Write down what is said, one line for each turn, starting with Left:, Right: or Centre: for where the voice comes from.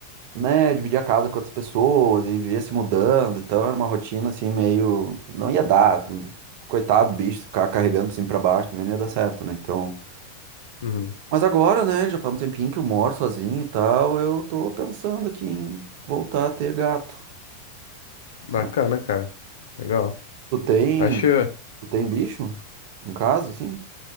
Right: né? Dividir a casa com outras pessoas e vivia se mudando. Então era uma rotina, assim, meio. Não ia dar. Coitado do bicho, ficar carregando pra cima e pra baixo também não ia dar certo, né? Então.
Left: Uhum.
Right: Mas agora, né, já faz um tempinho que eu moro sozinho e tal, eu tô pensando aqui em voltar a ter gato.
Left: Bacana,
Right: sabe?
Left: cara. Legal.
Right: Tu tem,
Left: Acho.
Right: tu tem bicho em casa, assim?